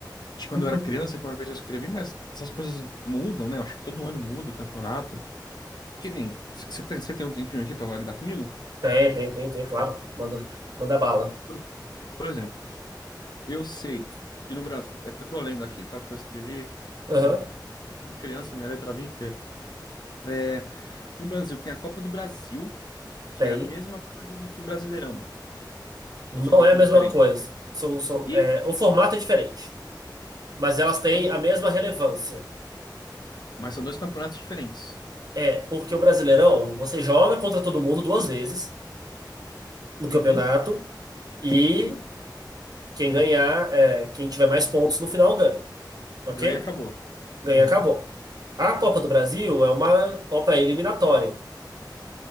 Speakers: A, on the left; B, on the right.
A: de quando
B: <laughs>
A: eu era criança, que uma vez eu escrevi, mas essas coisas mudam, né? Eu acho que todo ano muda o campeonato. Que nem. Você tem, cê tem um tempinho aqui pra validar comigo?
B: Tem, tem, tem, tem, claro. Manda, manda bala.
A: Por por exemplo. Eu sei. E no Brasil, é que eu tô lendo aqui, tá? O que eu escrevi
B: Aham,
A: quando eu era criança, minha letra era bem feia. É, no Brasil tem a Copa do Brasil, que
B: tem.
A: é a mesma coisa do que o Brasileirão.
B: Não
A: Ou são copas
B: é a mesma
A: diferentes?
B: coisa. São, são,
A: Ih!
B: é, o formato é diferente, mas elas têm
A: Então,
B: a mesma relevância.
A: mas são dois campeonatos diferentes.
B: É, porque o Brasileirão, você joga contra todo mundo duas vezes no
A: Uhum.
B: campeonato e quem ganhar, é, quem tiver mais pontos no final ganha, ok?
A: Ganha, acabou.
B: ganhar,
A: Aham.
B: acabou. A Copa do Brasil é uma Copa eliminatória.